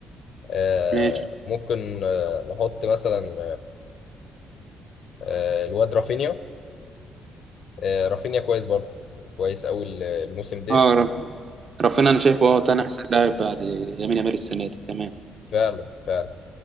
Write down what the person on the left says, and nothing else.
آه،
ممكن آه، نحط مثلا آه، الواد رافينيا آه، رافينيا كويس برضه كويس قوي ال- الموسم ده
وفعلا فعلا